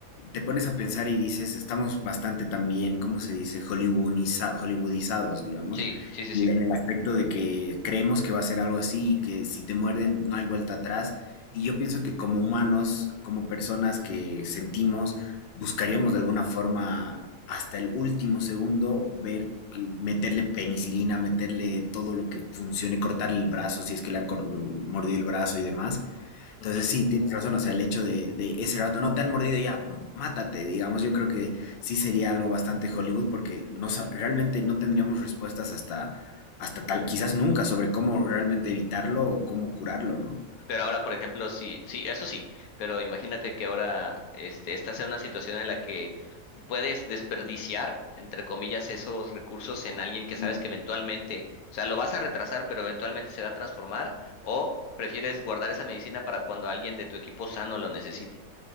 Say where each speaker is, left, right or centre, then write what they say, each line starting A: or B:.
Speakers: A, on the left; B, on the left.
A: te pones a pensar y dices, estamos bastante también, ¿cómo se dice? Hollywoodiza- hollywoodizados, digamos,
B: sí, sí, sí,
A: en
B: sí.
A: el aspecto de que creemos que va a ser algo así y que si te muerden no hay vuelta atrás. Y yo pienso que como humanos, como personas que sentimos, buscaríamos de alguna forma hasta el último segundo ver, meterle penicilina, meterle todo lo que funcione, cortarle el brazo si es que le han cor- mordido el brazo y demás entonces
B: Ujú.
A: sí, tienes razón, o sea, el hecho de, de ese rato no te han mordido ya, m- mátate, digamos, yo creo que sí sería algo bastante Hollywood porque no, sa- realmente no tendríamos respuestas hasta, hasta tal, quizás nunca, sobre cómo realmente evitarlo o cómo curarlo, ¿no?
B: Pero ahora, por ejemplo, sí, sí, eso sí. Pero imagínate que ahora este, estás en una situación en la que puedes desperdiciar, entre comillas, esos recursos en alguien que sabes
A: Mm.
B: que eventualmente, o sea, lo vas a retrasar, pero eventualmente se va a transformar, o prefieres guardar esa medicina para cuando alguien de tu equipo sano lo necesite.